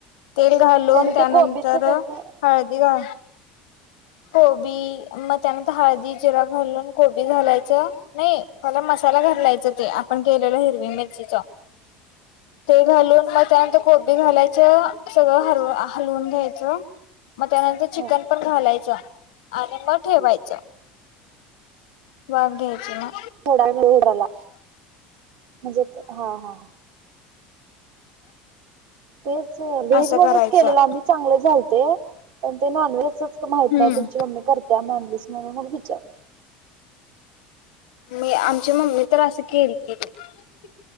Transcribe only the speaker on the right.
आणि
ते कोबीचं कसं
ह <inaudible>
हो
थोडा वेळ <unintelligible> घराला म्हणजे हा हा तेच व्हेज
मोमोज
केलेला आम्ही चांगले झालते पण ते नॉनव्हेज. माहित
नाही तुमची मम्मी करते्या म्हनलीस म्हणून विचारल.